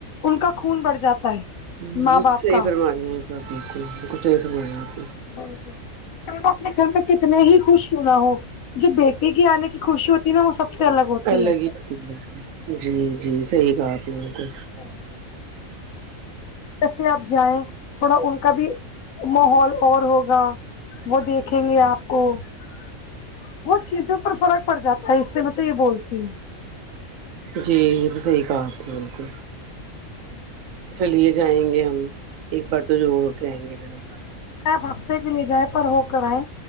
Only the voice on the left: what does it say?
ان کا خون بڑھ جاتا ہے
ماں
باپ
کا
بالکل چلے میں اپنے گھر پ کتنے ہی خوش کیوں نہ ہوں جو بیٹی کی آنے کی خوشی ہوتی ہے نا وہ سب سے ہوتی
ہے
بالکل جسے آپ جائیں تھوڑا ان کا بھی ماحول اور ہوگا وہ دیکھیں گے آپ بہت چیزوں پر فرق پڑ جاتا ہے اس سے میں تو یہ بولتی ہوں
ہ <inaudible>
آپ ہفتے بھی لے جائیں پر ہو کر آئ